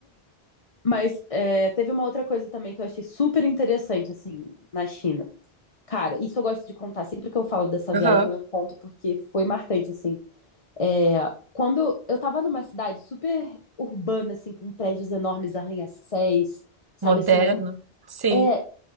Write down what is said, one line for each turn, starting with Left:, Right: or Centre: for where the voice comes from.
Left: Mas é, teve uma outra coisa também que eu achei super interessante, assim, na China. Cara, isso eu gosto de contar. Sempre que eu falo dessa
Right: Aham.
Left: viagem, eu conto porque foi marcante, assim. É, quando eu tava numa cidade super urbana, assim, com prédios enormes, arranha-céus, sabe,
Right: Moderno.
Left: assim, era, um,
Right: Sim.
Left: é,